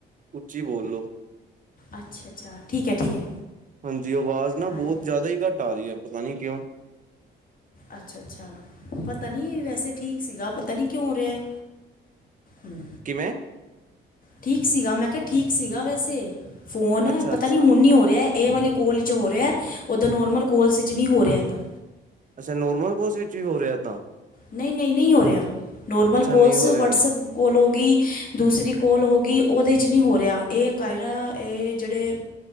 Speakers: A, on the right; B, on the left.
A: ਉੱਚੀ ਬੋਲੋ
B: ਅੱਛਾ- ਅੱਛਾ, ਠੀਕ ਹੈ, ਠੀਕ ਹੈ।
A: ਹਾਂਜੀ, ਆਵਾਜ਼ ਨਾ
B: ਹਾਂਜੀ
A: ਬਹੁਤ ਜ਼ਿਆਦਾ ਹੀ ਘੱਟ ਆ ਰਹੀ ਹੈ, ਪਤਾ ਨੀ ਕਿਉਂ?
B: ਅੱਛਾ- ਅੱਛਾ, ਪਤਾ ਨਹੀ ਵੈਸੇ ਠੀਕ ਸੀਗਾ, ਪਤਾ ਨਹੀ ਕਿਉਂ ਹੋ ਰਿਹਾ ਹੈ। ਹਮ
A: ਕਿਵੇਂ?
B: ਠੀਕ ਸੀਗਾ, ਮੈਂ ਕਿਹਾ, ਠੀਕ ਸੀਗਾ, ਵੈਸੇ ਫੋਨ
A: ਅੱਛਾ
B: ਪਤਾ
A: ਅੱਛਾ
B: ਨੀ, ਹੁਣ ਨੀ ਹੋ ਰਿਹਾ ਇਹ ਵਾਲੀ ਕੋਲ ਚ ਹੋ ਰਿਹਾ, ਉਦਾਂ ਨੋਰਮਲ ਕੋਲਸ ਵਿੱਚ ਨਹੀ ਹੋ ਰਿਹਾ ਇੱਦਾਂ
A: ਅੱਛਾ, ਨੋਰਮਲ ਕਾਲਸ ਵਿੱਚ ਵੀ ਹੋ ਰਿਹਾ ਇੱਦਾਂ?
B: ਨਹੀ ਨਹੀ, ਨਹੀ ਹੋ ਰਿਹਾ ਨੋਰਮਲ
A: ਅੱਛਾ
B: ਕੋਲਸ,
A: ਨਹੀਂ ਹੋ ਰਿਹਾ
B: ਵਟਸਐਪ ਕੋਲ ਹੋ ਗਈ ਦੂਸਰੀ ਕੋਲ ਹੋ ਗਈ, ਉਹਦੇ 'ਚ ਨਹੀਂ ਹੋ ਰਿਹਾ, ਇਹ ਕਾਇਰਾ ਇਹ ਜਿਹੜੇ